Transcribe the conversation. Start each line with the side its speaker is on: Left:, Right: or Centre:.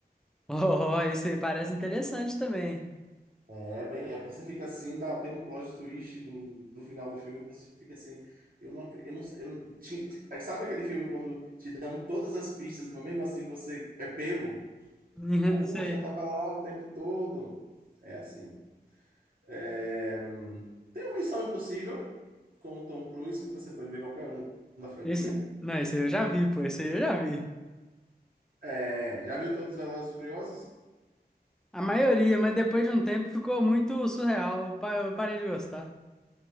Centre: Oh, esse aí parece interessante também.
Right: É bem, é, você fica assim, dá, tem um plot twist no, no final do filme, você fica assim, eu não acredito, eu não, sei, eu, ti- ti- é que sabe aquele filme quando te dão todas as pistas, mas mesmo assim você é pego?
Centre: <laughs>
Right: Poxa,
Centre: Esse aí.
Right: tava lá o tempo todo. É assim. É, hum, tem uma Missão Impossível com o Tom Cruise, que você pode ver qualquer um da franquia.
Centre: Esse, não, esse aí eu já vi, pô. Esse aí eu já vi.
Right: É, já viu todos os Velozes e Furiosos?
Centre: A maioria, mas depois de um tempo ficou muito surreal. Eu pa- eu parei de gostar.